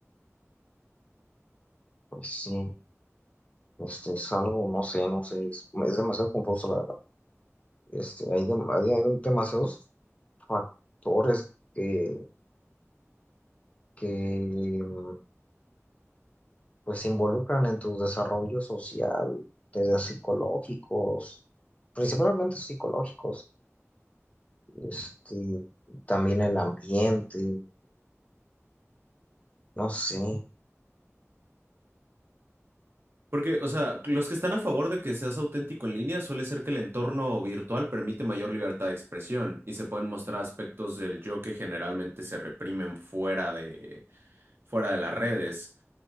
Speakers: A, on the left (about 25°); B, on the right (about 50°).
A: Pues sí, este es algo, no sé, no sé, es, es demasiado confuso la verdad. Este, hay, dem- hay- hay demasiados factores que, que mm, pues se involucran en tu desarrollo social, desde psicológicos, principalmente psicológicos, este, también el ambiente, no sé.
B: Porque, o sea, los que están a favor de que seas auténtico en línea suele ser que el entorno virtual permite mayor libertad de expresión y se pueden mostrar aspectos del yo que generalmente se reprimen fuera de, fuera de las redes.